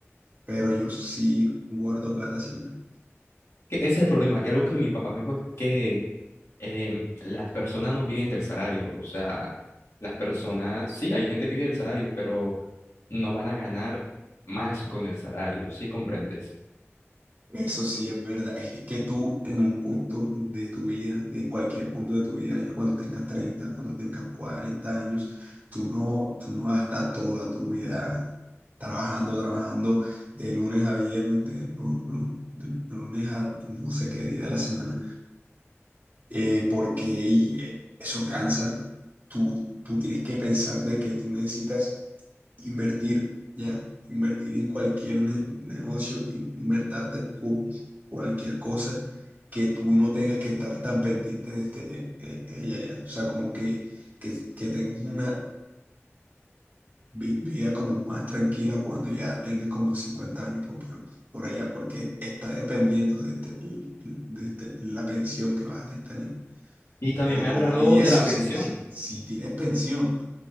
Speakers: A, on the right; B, on the left.
A: pero yo sí guardo plata siempre.
B: que ese es el problema, y algo que mi papá me dijo es que em, las personas no viven del salario, o sea, las personas, sí, hay gente que vive del salario, pero no van a ganar más con el salario, ¿sí comprendes?
A: Eso sí es verdad, es que es que tú en un punto de tu vida, en cualquier punto de tu vida, ya cuando tengas treinta cuando tengas 40 años, tú no, tú no vas a estar toda tu vida trabajando, trabajando de lunes a viernes, de, lu- lu- de lunes a no sé qué día de la semana, eh, porque y, eh, eso cansa. Tú, tú tienes que pensar de que tú necesitas invertir, ya, invertir en cualquier ne- negocio, in- invertarte cu- cualquier cosa que tú no tengas que estar tan pendiente de este, eh, eh, eh, ya, ya. O sea, como que, que, que tengas una vi- vida como más tranquila cuando ya tengas como 50 años por, por, por allá, porque está dependiendo de, este- de este- la pensión que vas a tener.
B: Y también
A: O,
B: me ha hablado
A: y eso,
B: de la
A: si,
B: pensión,
A: si tienes pensión.